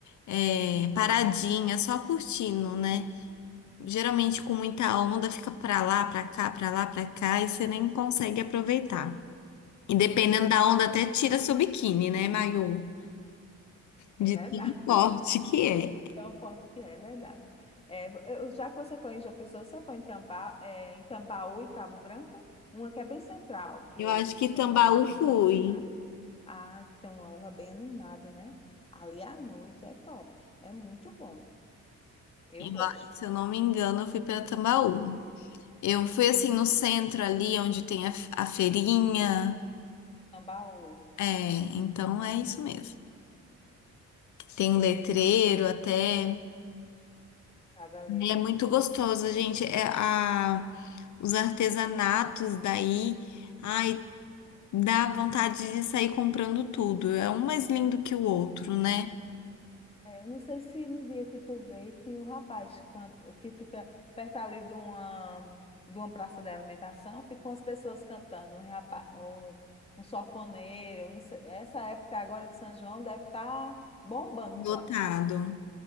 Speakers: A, on the left; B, on the left.
A: é, paradinha, só curtindo, né? Geralmente com muita onda, fica pra lá, pra cá, pra lá, pra cá, e você nem consegue aproveitar. E dependendo da onda, até tira seu biquíni, né, maiô? De
B: É verdade.
A: tão forte
B: <laughs>
A: que é.
B: Então, forte que é, é verdade. É, eu- já que você foi em João Pessoa, você foi em Tamba, é, em Tambaú e Cabo Branco? Uma que é bem central, que,
A: Eu acho
B: que
A: que
B: tem
A: Tambaú
B: uma orla
A: fui.
B: bem animada. Ah, tem uma aula bem animada, né? Ali à noite é top, é muito bom. Eu
A: Eu-
B: gosto.
A: Se eu não me engano, eu fui para Tambaú. Eu fui assim no centro ali, onde tem a, f- a feirinha.
B: Tambaú,
A: É, então é isso mesmo. Tem um letreiro até.
B: sabe ali, né?
A: É muito gostoso, gente. É a, os artesanatos daí. Ai, dá vontade de sair comprando tudo. É um mais lindo que o outro, né?
B: É, eu não sei se no dia que tu veio tinha um rapaz que, canta- que fica perto ali de uma, de uma praça de alimentação, ficam as pessoas cantando, um, rapa- um, um sanfoneiro, eu não sei, essa época agora de São João deve estar bombando
A: Lotado.
B: lá.